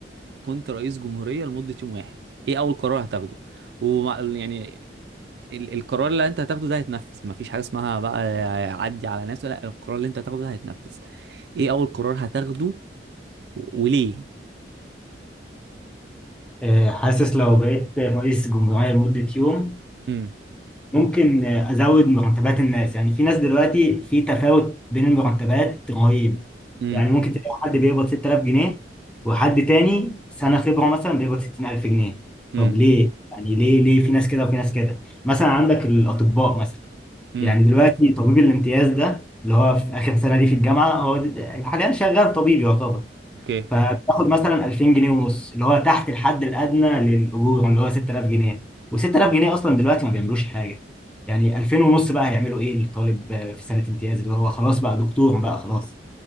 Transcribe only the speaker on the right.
كنت رئيس جمهورية لمدة يوم واحد ايه اول قرار هتاخده ومع يعني ال القرار اللي انت هتاخده ده هيتنفذ مفيش حاجة اسمها بقى عدي على ناس لا القرار اللي انت هتاخده ده هيتنفذ ايه اول قرار هتاخده و- وليه
امم
امم
امم
امم
اوكي